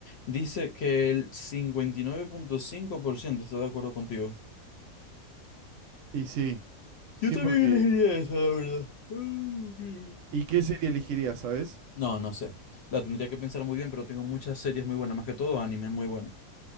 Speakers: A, on the left (about 55°); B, on the right (about 70°).
A: Dice que el cincuenta y nueve punto cinco por ciento está de acuerdo contigo.
B: Y sí, sí
A: Yo también
B: porque...
A: elegiría esa, la verdad. Ay, Dios mío.
B: ¿Y qué serie elegirías, sabes?
A: No, no sé. La tendría que pensar muy bien, pero tengo muchas series muy buenas, más que todo anime muy bueno.